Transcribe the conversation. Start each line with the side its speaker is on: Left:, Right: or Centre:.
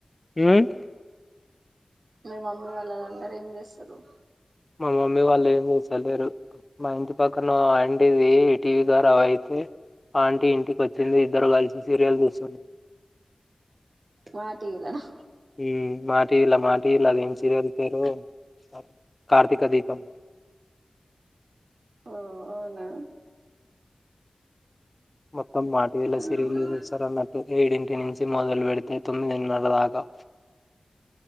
Left: హమ్
Right: మీ మమ్మీ వాళ్ళ అందరూ ఏం చేస్తురు
Left: మా మమ్మీ వాళ్ళు ఏం చేస్తలేరు మా ఇంటి పక్కన ఆంటీది టీవీ ఖరాబు అయితే ఆంటీ ఇంటికి వచ్చింది ఇద్దరు కలిసి సీరియల్ చూస్తురు
Right: మా టివి లనా
Left: ఎ మా టివి లా మా టివి లా అదేం అదేం సీరియల్ పేరు కార్తిక్ కార్తీకదీపం
Right: ఓ అవునా
Left: మొత్తం మా టివి ల సీరియల్
Right: ఆహా
Left: చూస్తారన్నట్టు ఏడింటి నుంచి మొదలు పెడితే తొమ్మిదినరా దాకా